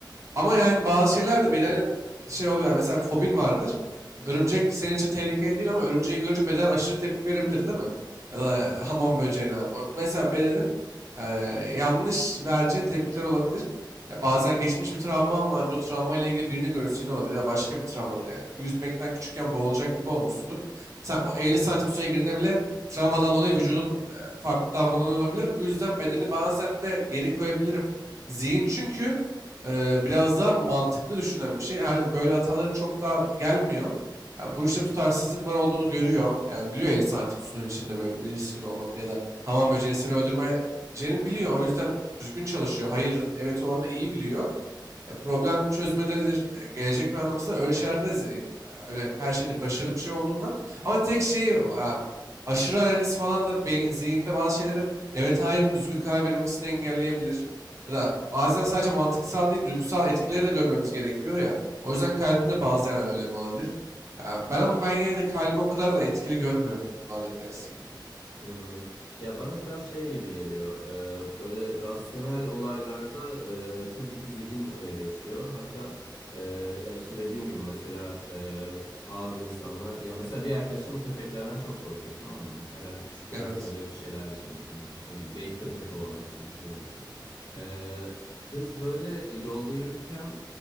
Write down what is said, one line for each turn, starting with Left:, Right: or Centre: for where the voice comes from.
Right: Ama yani bazı şeyler de beden şey olabilir. Mesela fobin vardır.
Left: Hı hı.
Right: Örümcek senin için tehlikeli değil ama örümceği görünce beden aşırı tepki verebilir değil mi? Ya da
Left: Evet.
Right: e, hamam böceğine abi. O- Mesela bedenin eee, yanlış vereceği tepkiler olabilir. Ya bazen geçmiş bir travman vardır. O travmayla ilgili birini görürsün yine olabilir ya da başka bir travmadır yani. Yüzmekten küçükken boğulacak gibi olmuşsundur. Sen o 50 santim suya girdiğinde bile travmadan dolayı vücudun eee, farklı davranıyor olabilir. Bu yüzden bedeni bazen de geri koyabilirim. Zihin çünkü Eee, biraz daha mantıklı düşünen bir şey. Her böyle hataları çok daha gelmiyor. Yani bu işte tutarsızlık var olduğunu görüyor. Yani biliyor 50 santim suyun içinde böyle bir riskin olmadığını ya da hamam böceğini seni öldürmeyeceğini biliyor. O yüzden düzgün çalışıyor. Hayır, evet orada iyi biliyor. Ya problem çözmededir, e, gelecek planlamasıdır. Öyle şeylerde de ze- öyle her şeyde başarılı bir şey olduğundan. Ama tek şey var abi. Aşırı analiz falan da beyin, zihinde bazı şeylerin evet hayırın düzgün karar verilmesini engelleyebilir. Ya da bazen sadece mantıksal değil duygusal etkileri de görmemiz gerekiyor ya. O yüzden kalbin de bazı yerlerde önemli olabilir. Ya ben ama ben yine de kalbi o kadar da etkili görmüyorum bunlarla kıyaslayınca.
Left: Hmm. Ya bana biraz şey gibi geliyor. Ee, böyle rasyonel olaylarda e, tabii ki zihin öne geçiyor. Hatta e, ya işte dediğin gibi mesela e, bazı insanlar ya mesela bir arkadaşım köpeklerden çok korkuyor tamam mı? Herhalde küçükken
Right: Evet.
Left: böyle bir şeyler yaşamış hani ne bileyim belki köpek kovalamıştır bir şey olmuştur. Ee, kız böyle yolda yürürken